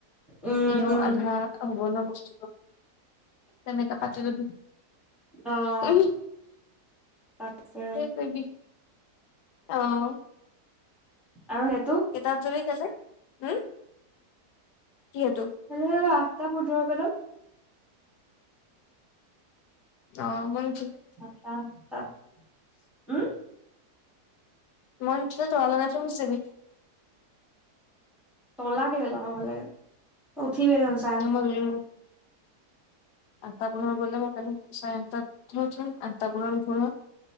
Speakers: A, in the centre; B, on the left (about 85°).
A: উম
B: এনেও আধা হ'ব ন' বস্তুটো। তেনেকে পাতি ল'বি।
A: অ'
B: এই,
A: তাকে
B: সেই কৰিবি। অ'!
A: আৰু সেইটো?
B: <unintelligible> উম, কি সেইটো?
A: <unintelligible> আঠটা পোন্ধৰ মানত।
B: অ'! মই
A: সাতটা-আঠটাত। উম!
B: <unintelligible>
A: তলা কেলে লগাব লাগে? তই উঠিবিয়ে দেখোঁন।
B: <unintelligible> আঠতা পোন্ধৰ গ'লে মই, <unintelligible> চাৰে আঠটা উঠি <unintelligible>